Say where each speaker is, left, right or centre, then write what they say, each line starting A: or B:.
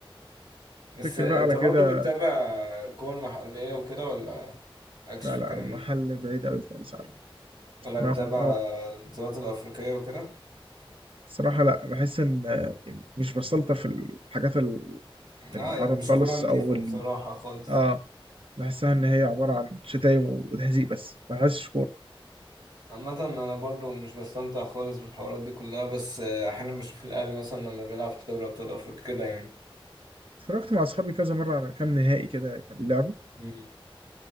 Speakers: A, on the right (about 50°); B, on the right (about 70°).
A: بس
B: تفتكر
A: انت
B: بقى على
A: برضو
B: كده
A: بتتابع كور محلية وكده ولا مالكش
B: لا
A: في
B: لا
A: الكلام
B: المحل
A: ده
B: بعيد قوي خالص عنه
A: ولا
B: ما
A: بتتابع
B: بق- ما بق-
A: البطولات الافريقية وكده
B: صراحة لا بحس ان آه، مش بسلطة في الحاجات ال-
A: لا
B: العرب
A: يعني مش
B: خالص
A: كورة نضيفة
B: او ال...
A: بصراحة خالص
B: اه بحسها ان هي عبارة عن شتايم وتهزيق بس ما بحسش كورة
A: عامة أنا برضو مش بستمتع خالص بالحوارات دي كلها بس آه، أحيانا بشوف الأهلي مثلا لما بيلعب في دوري أبطال أفريقيا كده يعني
B: اتفرجت مع اصحابي كذا مرة على كام نهائي كده كان لعبه
A: مم.